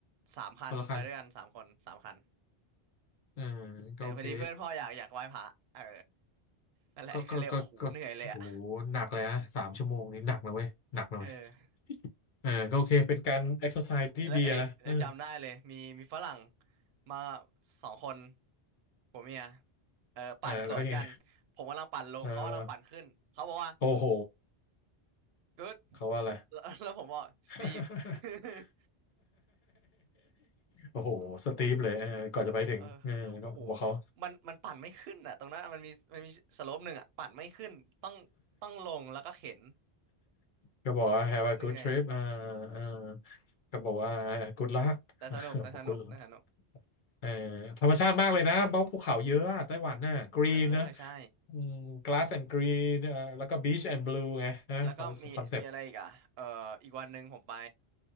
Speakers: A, on the right; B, on the left.
A: สามคันไปด้วยกันสามคนสามคัน
B: คนละคันเออ
A: เออพอดีเพื่อนพ่ออยากอยากไหว้พระเออ
B: ก็โอเค
A: นั่นแหละ
B: ก็ก็ก็ก็โห
A: <laughs> ก็เลยโอ้โหเหนื่อยเลยอ่ะ
B: หนักเลยฮะสามชั่วโมงนี่หนักนะเว้ยหนักนะเว้ย
A: เออ
B: เออก็โอเคเป็นการเอ็กซ์ s ซ s e ที่ดีอะนะเออ
A: แล้วเอ้ยเออจำได้เลยมีมีฝรั่งมาสองคนผัวเมียเออปั่นสวนกันผมกำลังปั่นลงเขากำลังปั่นขึ้นเขาบอกว่า
B: เออแล้วยังไงเออแล้วโอ้โห
A: good
B: เขาว่าอะไร
A: แล้ว <laughs> แล้วผมบอก
B: <laughs>
A: Steve <laughs>
B: โอ้โหสตีฟเลยเออก่อนจะไปถึงเออก็บอกเขา
A: เออโอ้โห มัน มันปั่นไม่ขึ้นอ่ะตรงนั้นมันมีมันมีสโลปหนึ่งอ่ะปั่นไม่ขึ้นต้องต้องลง แล้วก็เข็น
B: ก็บอกว่า have a
A: เหนื่อย
B: good trip อ่าอ่าก็บอกว่า good luck
A: แต่สนุกแต่สนุกแต่สนุก
B: <laughs> บอก good luck เออธรรมชาติมากเลยนะเพราะภูเขาเยอะอะไต้หวันน่ะ green
A: เออ
B: นะ
A: ใช่
B: อืม glass and green เอ่อแล้วก็ beach and blue ไงนะเขาคอนเซปต์
A: แล้วก็มี มีอะไรอีกอ่ะเอออีกวันหนึ่งผมไป